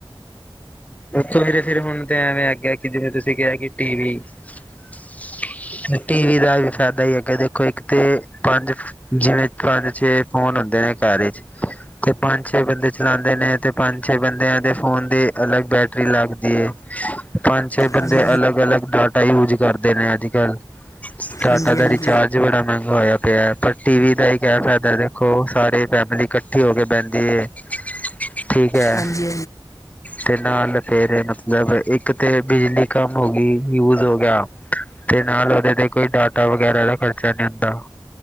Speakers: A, on the left; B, on the left.
A: ਉਥੋਂ ਵੀਰੇ ਫਿਰ ਹੁਣ ਤੇ ਐਵੇਂ ਆਗਿਆ ਕਿ ਜਿਵੇ ਤੁਸੀਂ ਕਿਹਾ ਕਿ ਟੀਵੀ <inaudible> ਟੀ ਵੀ ਦਾ ਵੀ ਫੈਦਾ ਈ ਹੈਗਾ ਦੇਖੋ ਇਕ ਤੇ ਪੰਜ ਜਿਵੇਂ ਪੰਜ ਛੇ ਫੋਨ ਹੁੰਦੇ ਨੇ ਘਰ ਇਚ ਤੇ ਪੰਜ ਛੇ ਬੰਦੇ ਚਲਾਦੇ ਨੇ ਤੇ ਪੰਜ ਛੇ ਬੰਦੇ ਤੇ ਫੋਨ ਦੀ ਅਲੱਗ ਬੈਟਰੀ ਲੱਗਦੀ ਏ। ਪੰਜ ਛੇ ਬੰਦੇ
B: ਹਾਂਜੀ
A: ਅਲੱਗ- ਅਲੱਗ ਡਾਟ ਟਾਈ ਯੂਜ ਕਰਦੇ ਨੇ ਅੱਜ- ਕੱਲ ਡਾਟਾ
B: ਹਾਂਜੀ
A: ਦਾ
B: ਹਾਂਜੀ ਹਾਂਜੀ
A: ਰਿਚਾਰਜ ਬੜਾ ਮਹਿੰਗਾ ਹੋਯਾ ਪਯੈ। ਪਰ ਟੀ ਵੀ ਦਾ ਇੱਕ ਏਹ ਫੈਦੈ ਦੇਖੋ ਸਾਰੀ ਫੈਮਲੀ ਕੱਠੀ ਹੋ ਕੇ ਬਹੰਦੀ ਏ। ਠੀਕ ਹੈ।
B: ਹਾਂਜੀ
A: ਤੇ ਨਾਲ ਫੇਰ ਮਤਲਬ ਇੱਕ ਤੇ ਬਿਜਲੀ ਕੰਮ ਹੋ ਗੀ ਯੂਜ ਹੋ ਗਯਾ। ਤੇ ਨਾਲ ਉਹਦੇ ਤੇ ਕੋਈ ਡਾਟਾ ਵਗੈਰਾ ਦਾ ਖਰਚਾ ਨੀ ਹੁੰਦਾ।